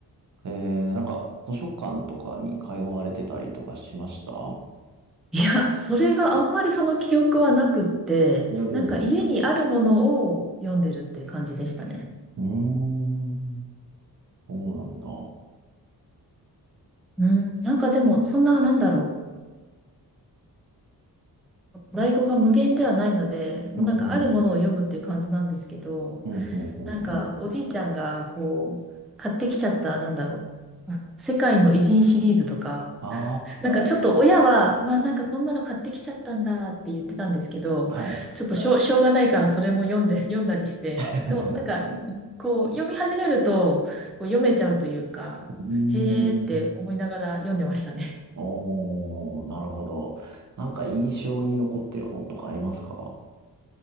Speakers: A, on the right (about 45°); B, in the centre.
A: ら、えー、なんか図書館とかに通われてたりとかしましたお
B: いや、それがあんまりその記憶はなくって、
A: お
B: なんか家にあるものを読んでるっていう感じでしたね。
A: ー、うーん、そうなんだ。
B: うん、なんかでもそんな、なんだろう。在庫が無限ではないので、もうなんかあるものを読むっていう感じなんですけど、
A: うんうん、うんうんうんうん。
B: なんんかおじいちゃんがこう、買ってきちゃった、なんだろう。あの世界の偉人シリーズとか、
A: あ
B: なんかちょっと親は、まあなんかこんなの買ってきちゃったんだって言ってたんですけど、
A: あ、はい。
B: ちょっとしょう、しょうがないからそれも読んで、<laughs> 読んだりして、
A: <laughs>
B: でもなんか、こう読み始めると、こう読めちゃうというか、
A: うーん、
B: へーって思いながら読んでましたね。
A: おー、なるほど。なんか印象に残ってる本とかありますか